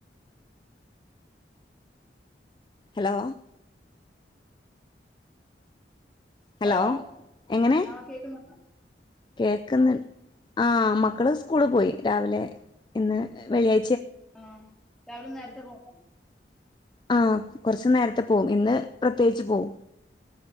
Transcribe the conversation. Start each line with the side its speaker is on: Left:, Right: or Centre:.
Left: ഹലോ ഹലോ
Centre: പോയോ
Left: എങ്ങനെ
Centre: ആഹ് കേക്കുന്നുണ്ടൊ
Left: കേൾക്കുന്ന് ആ മക്കള് സ്കൂള് പോയി രാവിലെ ഇന്ന് വെള്ളിയ
Centre: ആഹ് രാവിലെ നേരത്തെ പോണോ
Left: ആഹ് കൊറച്ച് നേരത്തെ പോം ഇന്ന് പ്രത്യേകിച്ച് പോം